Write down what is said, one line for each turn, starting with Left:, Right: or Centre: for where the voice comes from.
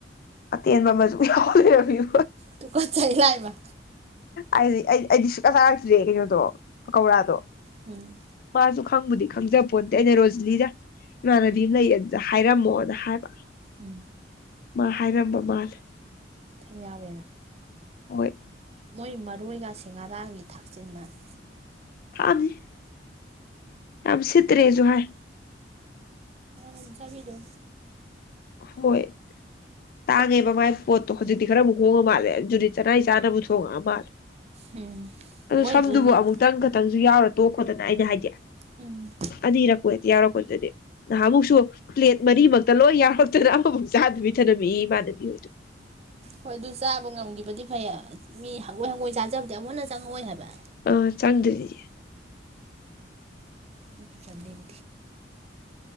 Left: ꯇꯦꯟꯕ ꯑꯃꯁꯁꯨ ꯎꯌꯥꯎꯜ ꯂꯩꯔꯕꯤꯌꯨ
Right: ꯇꯨꯀꯠꯆꯩ ꯂꯥꯏꯃ
Left: ꯑꯩꯗꯤ ꯑꯩ ꯑꯩꯗꯤ ꯁꯨꯛꯀ ꯆꯥꯔꯛꯇ꯭ꯔꯦ ꯀꯩꯅꯣꯗꯣ ꯀꯧꯔꯥꯗꯣ
Right: ꯎꯝ
Left: ꯁꯨ ꯈꯪꯕꯨꯗꯤ ꯈꯪꯖꯕ ꯄꯣꯠꯇꯦ ꯑꯩꯅ ꯔꯣꯖꯂꯤꯗ ꯏꯃꯅꯕꯤꯅ ꯂꯩꯌꯦ ꯑꯗꯨꯗ ꯍꯥꯏꯔꯝꯃꯣꯅ ꯍꯥꯏꯕ
Right: ꯎꯝ
Left: ꯃꯥ ꯍꯥꯏꯔꯝꯕ ꯃꯥꯂꯦ
Right: ꯁꯝ ꯌꯥꯎꯋꯦꯅ
Left: ꯍꯣꯏ
Right: ꯃꯣꯏ ꯃꯔꯣꯏꯒꯁꯤꯦ ꯉꯔꯥꯡꯒꯤ ꯊꯥꯛꯆꯤꯟ ꯃꯥꯟꯅꯤ
Left: ꯊꯥꯕꯅꯤ ꯌꯥꯝ ꯁꯤꯠꯇ꯭ꯔꯦꯁꯨ ꯍꯥꯏ
Right: ꯑ ꯆꯕꯤꯗ
Left: ꯍꯣꯏ ꯇꯥꯡꯉꯦꯕ ꯃꯥꯏ ꯄꯣꯠꯇꯣ ꯍꯧꯖꯤꯛꯇꯤ ꯈꯔ ꯑꯃꯨꯛ ꯍꯣꯡꯉ ꯃꯥꯜꯂꯦ ꯖꯨꯔꯤꯠ ꯆꯅꯥꯏ ꯆꯥꯅꯕꯕꯨ ꯊꯣꯡꯉꯛꯑ ꯃꯥꯜꯂꯦ
Right: ꯎꯝ
Left: ꯑ
Right: ꯃꯣꯏ
Left: ꯁꯝꯗꯨꯕꯨ
Right: ꯑꯗꯨꯗ
Left: ꯑꯃꯨꯛꯇꯪ ꯈꯛꯇꯪꯁꯨ ꯌꯥꯎꯔ ꯇꯣꯛ ꯈꯣꯗꯅ ꯑꯩꯅ ꯍꯥꯏꯖꯦ
Right: ꯎꯝ
Left: ꯑꯗꯤ ꯏꯔꯛꯄꯣꯣꯏ ꯌꯥꯎꯔꯀꯣ ꯑꯗꯨ ꯅꯍꯥꯃꯨꯛꯁꯨ ꯄ꯭ꯂꯦꯠ ꯃꯔꯤꯃꯛꯇ ꯂꯣꯏ ꯌꯥ ꯐꯖꯅ ꯑꯃꯃꯝ ꯆꯥꯗꯨꯕꯤ ꯊꯔꯝꯃꯤ ꯏꯃꯥꯟꯅꯕꯤ ꯍꯣꯏꯗꯨ
Right: ꯍꯣꯏ ꯑꯗꯨ ꯆꯥꯕ ꯉꯝꯈꯤꯕꯗꯤ ꯐꯩꯌꯦ ꯃꯤ ꯍꯪꯒꯣꯏ ꯍꯪꯒꯣꯏ ꯆꯥꯖꯕꯗꯤ ꯑꯃꯨꯛ ꯍꯟꯅ ꯆꯪꯉꯛꯑꯣꯏ ꯍꯥꯏꯕ
Left: ꯑ ꯆꯥꯟꯗꯔꯤ
Right: ꯆꯗꯤ